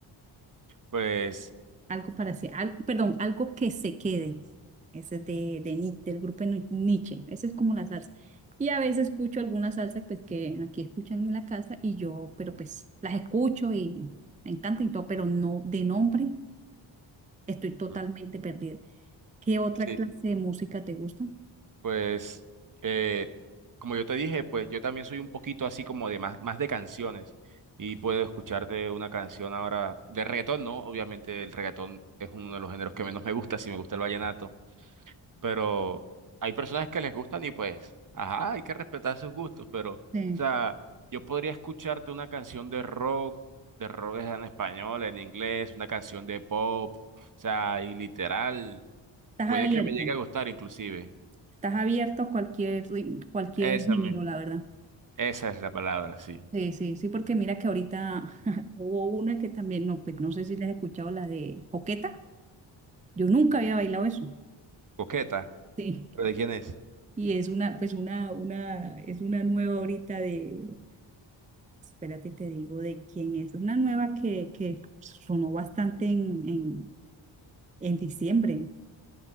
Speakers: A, on the right; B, on the right.
A: Pues,
B: Algo para siempre. perdón, algo que se quede. Ese es de, de Ni- del grupo de Ni- Nietzsche. Esa es como la salsa. Y a veces escucho alguna salsa pues, que aquí escuchan en la casa y yo, pero pues las escucho y me encanta y todo, pero no de nombre estoy totalmente
A: Mm.
B: perdida. ¿Qué otra
A: sí,
B: clase
A: sí.
B: de música te gusta?
A: pues, eh, como yo te dije, pues yo también soy un poquito así como de más, más de canciones. Y puedo escucharte una canción ahora de reggaetón, ¿no? Obviamente el reggaetón es uno de los géneros que menos me gusta, si me gusta el vallenato. pero hay personas que les gustan y pues, ajá, hay que respetar sus gustos, pero, o
B: Sí.
A: sea, yo podría escucharte una canción de rock, de rock es en español, en inglés, una canción de pop, o sea, y literal,
B: Estás
A: puede
B: abierto,
A: que me llegue a gustar inclusive.
B: estás abierto a cualquier, ri- cualquier
A: Esa
B: género,
A: misma,
B: la verdad.
A: esa es la palabra, sí.
B: Sí, sí, sí, porque mira que ahorita <laughs> hubo una que también, no, pues no sé si la has escuchado, la de Coqueta. Yo nunca había bailado eso.
A: Coqueta.
B: Sí.
A: ¿Pero de quién es?
B: Y es una, pues una, una, es una nueva ahorita de, espérate, te digo de quién es. Es una nueva que, que sonó bastante en, en, en diciembre.